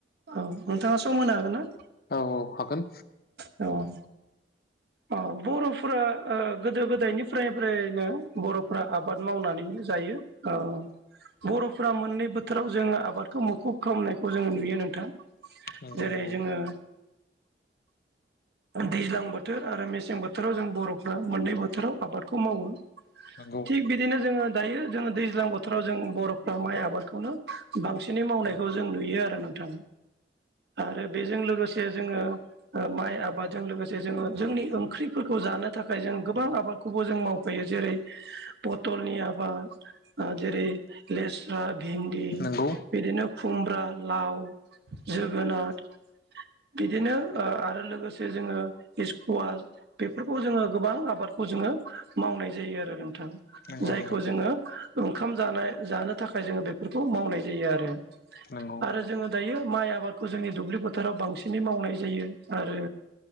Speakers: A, on the right; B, on the left.
A: औ नोंथाङा सम होनो हागोन ना
B: औ औ हागोन
A: औ अ बर'फोरा गोदो गोदायनिफ्राय फ्रायनो बर'फ्रा आबाद मावनानैनो जायो औ बर'फोरा मोननै बोथोराव जोङो आबादखौ मुखुब खालामनायखौ जोङो नुयो नोंथां
B: नंगौ
A: जेरै
B: औ
A: जोङो दैज्लां बोथोर आरो मेसें बोथोराव जों बर'फ्रा मोननै बोथोराव आबादखौ मावो
B: नंगौ
A: थिग बिदिनो जोङो दायो जोङो दैज्लां बोथोराव जों बर'फ्रा माइ आबादखौनो बांसिनै मावनायखौ जों नुयो आरो नोंथां आरो बेजों लोगोसे जोङो माइ आबाद जों लोगोसे जोङो जोंनि ओंख्रिफोरखौ जानो थाखाय जों गोबां आबादखौबो जों मावफायो जेरै पथ'लनि आबाद जेरै लेस्रा भिन्दि
B: नंगौ
A: बिदिनो खुमब्रा लाउ जोगोनार बिदिनो ओ आरो लोगोसे जोङो स्कुवास बेफोरखौ जोङो गोबां आबादखौ जोङो मावनाय जायो आरो नोंथां
B: नंगौ
A: जायखौ
B: नोंथां
A: जोङो ओंखाम जानाय जानो थाखाय जोङो बेफोरखौ मावनाय जायो आरो
B: नंगौ
A: आरो जोङो दायो माइ आबादखौ जोंनि दुब्लि फोथाराव बांसिनै मावनाय जायो आरो